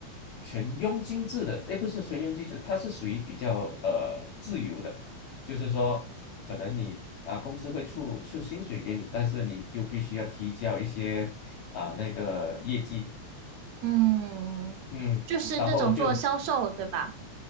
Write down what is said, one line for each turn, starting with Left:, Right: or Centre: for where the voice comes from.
Left: 全佣金制的，哎不是全佣金制，他是属于比较呃自由的，就是说可能你啊公司会出出薪水给你，但是你就必须要提交一些啊那个业绩。
Right: 嗯，
Left: 嗯，
Right: 就是那种做销售，
Left: 然后就
Right: 对吧？